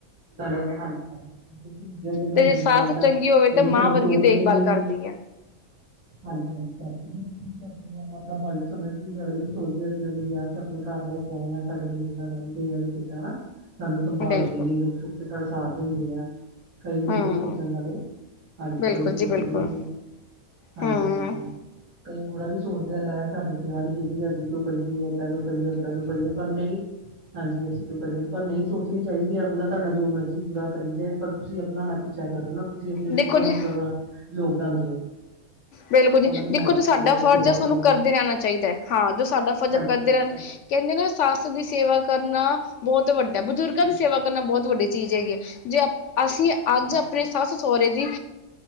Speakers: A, on the right; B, on the left.
A: ਗੱਲਤ ਹਾਂਜੀ ਹਜੀ ਜਿੰਨਾ
B: ਤੇ
A: ਨੂੰ
B: ਜੇ
A: ਬੁਰਾ
B: ਸੱਸ
A: ਲੱਗਦਾ
B: ਚੰਗੀ
A: ਨਹੀਂ
B: ਹੋਵੇ ਤੇ ਮਾਂ
A: ਸਾਨੂੰ
B: ਵਰਗੀ
A: ਟੋਕਦੇ
B: ਦੇਖਭਾਲ
A: ਨੇ।
B: ਕਰਦੀ
A: <inaudible>
B: ਹੈ
A: ਹਾਂਜੀ ਹਾਂਜੀ ਕਰਦੀ ਜਰੂਰ ਕਰਦੀ ਆਪਣਾ ਫ਼ਰਜ਼ ਸਮਝਦੀ ਅਗਲੀ ਵੀ ਸੋਚਦੇ ਹਾਂ ਸੀ ਉਹਨੇ ਕਿਹਾ ਆਪਣੇ ਘਰ ਲੈ ਕੇ ਆਏ ਆ ਸਾਡੇ ਮੁੰਡੇ ਨਾਲ ਰਹਿੰਦੀ ਆ ਕਿ ਕਿੱਦਾਂ ਵ ਸਾਨੂੰ ਸੰਭਾਲਦੀ
B: ਬਿਲਕੁਲ
A: ਨੀ ਦੁੱਖ ਸੁੱਖ ਤੇ ਸਾਡਾ ਸਾਥ ਦਿੰਦੀ ਐ। ਕਈ ਹੁੰਦੇ
B: ਹਮ
A: ਸੋਚਣ ਵਾਲੇ ਹਾਂਜੀ
B: ਬਿਲਕੁਲ
A: ਕਈ ਸੋਚਦੇ
B: ਜੀ ਬਿਲਕੁਲ
A: ਨਹੀਂ ਹੈ। ਹਾਂਜੀ
B: ਹੂੰ
A: ਹਾਂਜੀ ਕਈ ਬੂੜਰਾ ਵੀ ਸੋਚਦੇ ਲੈ ਸਾਡੀ ਸੇਵਾ ਨੀ ਕੀਤੀ ਅਸੀਂ ਕਿਉੰ ਕਰੀਏ। ਏਦਾਂ ਕਿਉਂ ਕਰੀਏ ਉੱਦਾਂ ਕਿਉਂ ਕਰੀਏ ਪਰ ਨਹੀਂ ਹਾਂਜੀ ਅਸੀਂ ਕਿਉਂ ਕਰੀਏ ਪਰ ਨਹੀਂ ਸੋਚਣੀ ਚਾਹੀਦੀ ਅਗਲਾ। ਤੁਹਾਡਾ ਜੋ ਮਰਜ਼ੀ ਬੁਰਾ ਕਰੀ ਜਾਏ ਪਰ ਤੁਸੀਂ ਆਪਣਾ ਨਾ ਪਿੱਛਾ ਕਰੋ ਨਾ ਤੁਸੀਂ ਆਪਣੇ
B: ਦੇਖੋ
A: ਪੂਰਾ
B: ਜੀ
A: ਮਤਲਬ ਯੋਗਦਾਨ ਦਿਓ।
B: ਬਿਲਕੁਲ
A: ਉਹਨਾਂ
B: ਜੀ
A: ਦੀ
B: ਦੇਖੋ
A: ਹੈਲਪ
B: ਜੋ ਸਾਡਾ
A: ਕਰੋ,
B: ਫਰਜ਼
A: ਸੇਵਾ
B: ਹੈ ਸਾਨੂੰ
A: ਕਰੋ ਉਹਨਾਂ
B: ਕਰਦੇ
A: ਦੀ,
B: ਰਹਿਣਾ ਚਾਹੀਦਾ ਹੈ ਹਾਂ ਜੋ ਸਾਡਾ ਫਰਜ਼
A: ਹਾਂਜੀ-ਹਾਂਜੀ,
B: ਕਰਦੇ ਰਹਿਣ।
A: ਹਾਂਜੀ,
B: ਕਹਿੰਦੇ ਨੇ ਸਸ ਦੀ ਸੇਵਾ ਕਰਨਾ ਬਹੁਤ ਵੱਡਾ ਬਜ਼ੁਰਗਾਂ
A: ਹਾਂਜੀ।
B: ਦੀ ਸੇਵਾ ਕਰਨਾ ਬਹੁਤ ਵੱਡੀ ਚੀਜ਼ ਹੈਗੀ ਹੈ ਜੇ ਅ ਅਸੀਂ ਅੱਜ
A: ਹਾਂਜੀ,
B: ਆਪਣੀ
A: ਹਾਂਜੀ,
B: ਸੱਸ ਸਹੁਰੇ ਦੀ